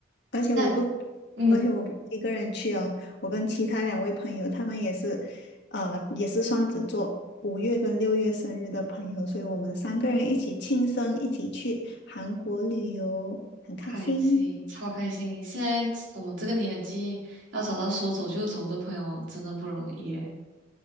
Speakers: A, on the left; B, on the right.
A: 而且我不，
B: 那嗯，
A: 而且我不是一个人去哦，我跟其他两位朋友，他们也是，呃，也是双子座，五月跟六月生日的朋友，所以我们三个人一起庆生，一起去韩国旅游，很开心。
B: 开心，超开心！现在我们这个年纪要找到说走就走的朋友真的不容易哎。